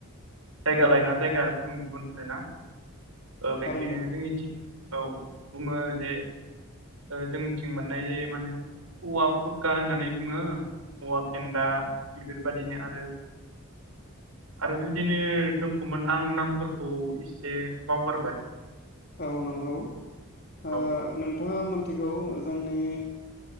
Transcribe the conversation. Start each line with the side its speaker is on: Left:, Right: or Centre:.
Right: जायगा
Left: औ
Right: लायना जायगा गुबुन गुबुन होनोना ओ
Left: थारैनो
Right: बेखायनो जोंनिथिं औ बुङो जे ओ जोंनिथिं मोननाय जायो माने औवा भुरका होननानै बुङो औवा फेन्दा बेफोरबादिनो आरो
Left: <inaudible>
Right: आरो बेबायदिनो दंखौमोन आं नामफोरखौ एसे बावगारबाय।
Left: औ नंगौ ओ
Right: औ
Left: नोंथाङा मोनथिगौ ओ जोंनि